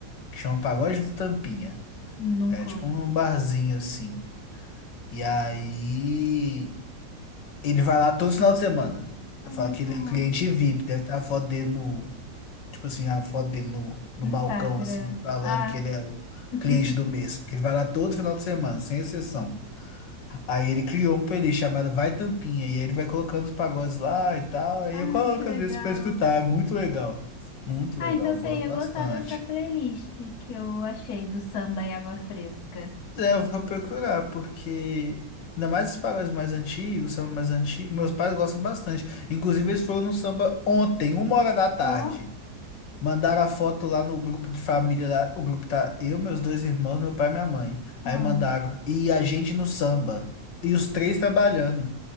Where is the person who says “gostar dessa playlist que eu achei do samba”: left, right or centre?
Left